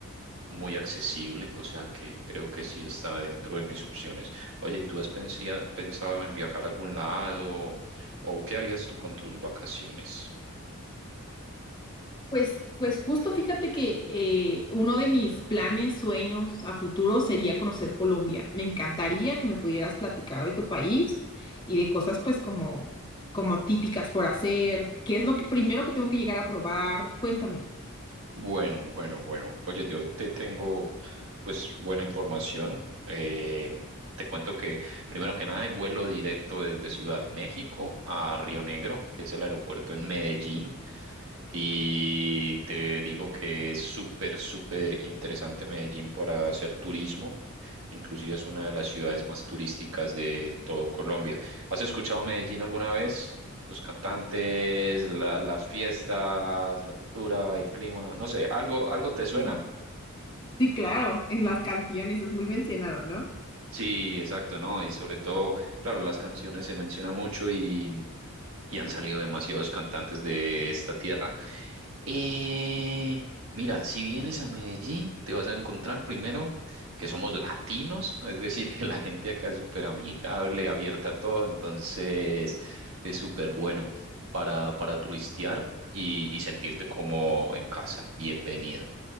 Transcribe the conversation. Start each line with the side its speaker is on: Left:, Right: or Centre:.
Right: muy accesible, o sea que creo que sí está dentro de mis opciones. Oye, ¿y tú has pensia- pensado en viajar a algún lado o qué harías tú con tus vacaciones?
Left: Pues, pues justo fíjate que eh, uno de mis planes, sueños a futuro sería conocer Colombia. Me encantaría que me pudieras platicar de tu país y de cosas pues como, como típicas por hacer. ¿Qué es lo que primero que tengo que llegar a probar? Cuéntame.
Right: Bueno, bueno, bueno. Oye, yo te tengo pues buena información. Eh, te cuento que primero que nada hay vuelo directo desde Ciudad de México a Río Negro, que es el aeropuerto en Medellín. Y te digo que es súper, súper interesante Medellín para hacer turismo. Inclusive es una de las ciudades más turísticas de todo Colombia. ¿Has escuchado Medellín alguna vez? Los cantantes, la- las fiestas, la cultura, el clima, no sé, ¿algo, algo te suena?
Left: Sí, Sí, claro, en las canciones es muy mencionado, ¿no?
Right: Sí, exacto, ¿no? Y sobre todo, claro, las canciones se mencionan mucho y, y han salido demasiados cantantes de esta tierra. Eh, mira, si vienes a Medellín, te vas a encontrar primero que somos latinos, es decir, que la gente acá es súper amigable, abierta a todo, entonces es súper bueno para, para turistear y, y sentirte como en casa, bienvenida.